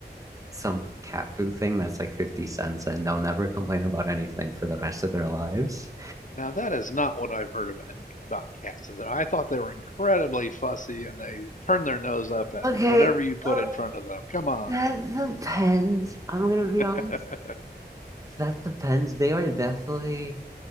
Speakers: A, on the right (about 20°); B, on the left (about 50°).
A: some cat food thing that's like 50 cents and they'll never complain about anything for the rest of their lives.
B: Now, that is not what I've heard about, about cats. I thought they were incredibly fussy and they turn their nose up at
A: Okay.
B: whatever you put
A: Oh,
B: in front of them. Come on.
A: that depends. I'm gonna be
B: <laughs>
A: honest. That depends. They are definitely